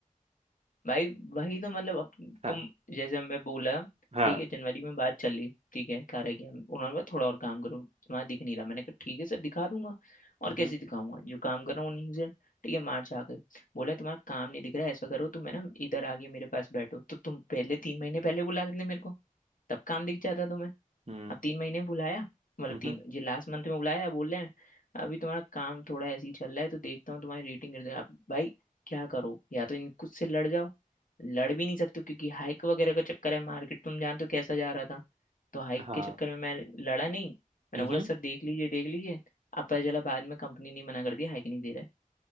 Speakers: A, on the left; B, on the right.
A: भाई वही तो मतलब अप,
B: हाँ।
A: तुम जैसे मैं बोला
B: हाँ
A: ठीक है जनवरी में बात चली ठीक है कह रहा कि हम उन्होंने बोला थोड़ा और काम करो तुम्हारा दिख नहीं रहा मैंने कहा ठीक है सर दिखा दूंगा और
B: हम्म
A: कैसे दिखाऊंगा जो काम कर रहा हूँ उन्हीं से ठीक है मार्च आ गए बोला तुम्हारा काम नहीं दिख रहा है ऐसा करो तो मैं ना इधर आगे मेरे पास बैठो तो तुम पहले तीन महीने पहले बुला लेते मेरे को तब काम दिख जाता तुम्हें
B: हम्म
A: अब तीन महीने में बुलाया मतलब
B: हम्म,
A: तीन
B: हम्म,
A: ये लास्ट मंथ में बुलाया बोल रहे हैं अभी तुम्हारा काम थोड़ा ऐसे ही चल रहा है तो देखता हूँ तुम्हारी रेटिंग गिर जाए अब भाई क्या करो या तो इनको से लड़ जाओ लड़ भी नहीं सकते हो, क्योंकि हाइक वगैरह का चक्कर है मार्केट तुम जानते हो कैसा जा रहा था तो हाइक
B: हाँ
A: के चक्कर में मैं लड़ा नहीं मैंने
B: हम्म
A: बोला सर देख लीजिए देख लीजिए अब पता चला बाद में कंपनी ने मना कर दिया हाइक नहीं दे रहा है